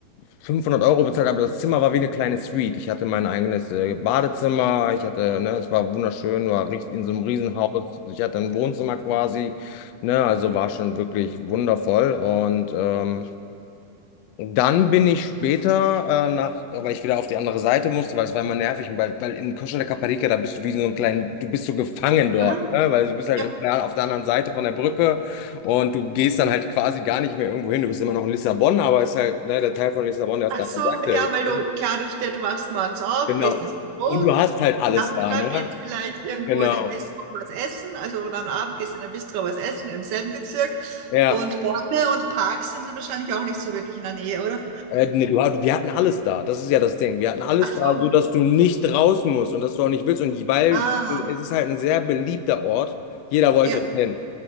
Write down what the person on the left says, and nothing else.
500 Euro bezahlt, aber das Zimmer war wie eine kleine Suite. Ich hatte mein eigenes äh, Badezimmer, ich hatte, ne, es war wunderschön, war richtig in so einem Riesenhaus. Ich hatte ein Wohnzimmer quasi. Ne, also war schon wirklich wundervoll. Und ähm, dann bin ich später, äh, nach, weil ich wieder auf die andere Seite musste, weil es war immer nervig, weil, weil in Costa de Caparica, da bist du wie so ein kleinen, du bist so gefangen dort,
ne? Weil du bist halt
immer auf der anderen Seite von der Brücke und du gehst dann halt quasi gar nicht mehr irgendwo hin. Du bist immer noch in Lissabon, aber es ist halt, ne, der Teil von Lissabon, der auf
der
anderen Seite
ist.
Ne?
Genau.
Und du hast halt alles
da, ne?
Genau.
Ja.
Äh, nee, du, hat- wir hatten alles da. Das ist ja das Ding. Wir hatten alles
da,
so dass du nicht raus musst und dass du auch nicht willst. Und weil
es ist halt ein sehr beliebter Ort. Jeder wollte
hin.